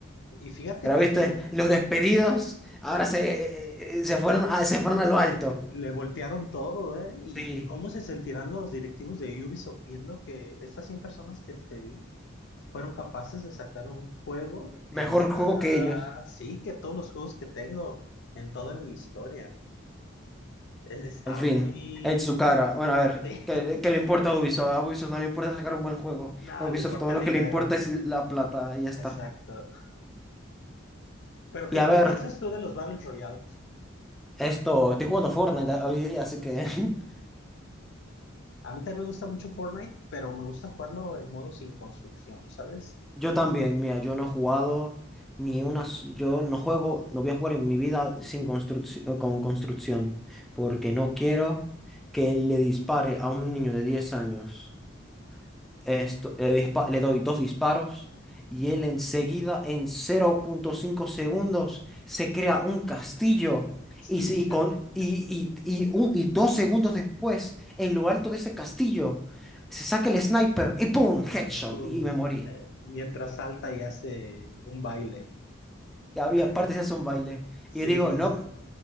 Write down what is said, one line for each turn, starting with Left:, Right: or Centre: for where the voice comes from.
Left: Y fíjate
Centre: Pero
Left: que
Centre: viste, los despedidos ahora se, eh, eh, eh, se fueron a, se fueron a lo alto.
Left: eh, le voltearon todo, ¿eh? ¿Y
Centre: Sí,
Left: cómo se sentirán los directivos de Ubisoft viendo que estas 100 personas que despedí fueron capaces de sacar un juego
Centre: mejor
Left: que me está...
Centre: juego que ellos.
Left: Sí, que todos los juegos que tengo en toda mi historia. Es- Está
Centre: En fin,
Left: muy, Sí.
Centre: en su cara. Bueno, a ver,
Left: <laughs>
Centre: ¿qué, qué le importa a Ubisoft? A Ubisoft no le importa sacar un buen juego.
Left: No,
Centre: A Ubisoft
Left: le importa
Centre: todo lo
Left: el
Centre: que
Left: dinero.
Centre: le importa es la plata y ya está.
Left: Exacto. Pero, ¿qué,
Centre: Y a
Left: qué
Centre: ver.
Left: piensas tú de los Battle Royales?
Centre: Esto, estoy jugando Fortnite hoy día, así que <laughs>
Left: A mí también me gusta mucho Fortnite, pero me gusta jugarlo en modo sin construcción, ¿sabes?
Centre: yo también, mira, yo no he jugado ni una, s- yo no juego, no voy a jugar en mi vida sin construcción, con construcción, porque no quiero que le dispare a un niño de 10 años. Esto, le, dispa- le doy dos disparos y él enseguida, en 0.5 segundos, se crea un castillo.
Left: Sí.
Centre: Y, se- y con,
Left: <laughs>
Centre: y, y, y un- y dos segundos después, en lo alto de ese castillo, se saca el sniper y ¡boom! Headshot.
Left: Eh, Tú,
Centre: Y me morí.
Left: eh, mientras salta y hace un baile.
Centre: Y había-
Left: <laughs>
Centre: aparte se hace un baile.
Left: Sí,
Centre: Y yo digo,
Left: hace-
Centre: no,